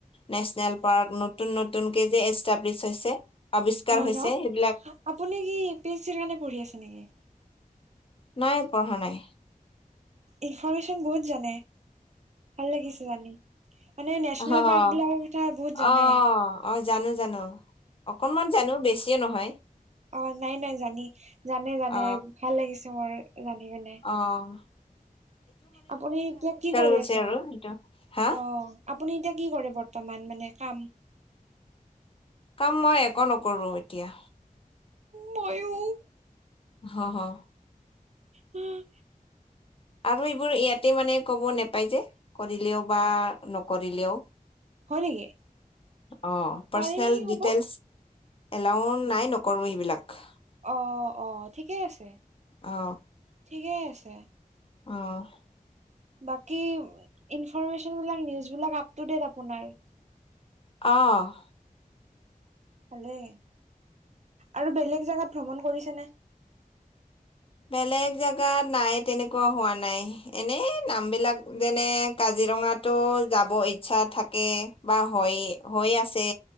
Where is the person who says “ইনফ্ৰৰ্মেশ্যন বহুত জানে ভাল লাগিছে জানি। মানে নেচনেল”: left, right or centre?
Right